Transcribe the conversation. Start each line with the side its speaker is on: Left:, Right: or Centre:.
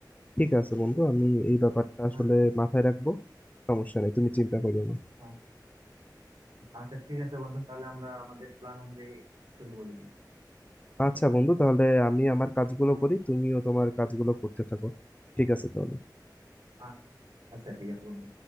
Left: ঠিক আছে বন্ধু আমি এই ব্যাপারটা আসলে
Right: হ্যাঁ হ্যাঁ।
Left: মাথায় রাখবো সমস্যা নেই তুমি চিন্তা করিও না
Right: হ্যাঁ। আচ্ছা ঠিক আছে বন্ধু তাহলে আমরা আমাদের প্ল্যান অনুযায়ী শুরু করে দিই
Left: আচ্ছা বন্ধু তাহলে আমি আমার কাজগুলো করি তুমিও তোমার কাজগুলো করতে থাকো ঠিক আছে তাহলে
Right: আচ্ছা আচ্ছা ঠিক আছে বন্ধু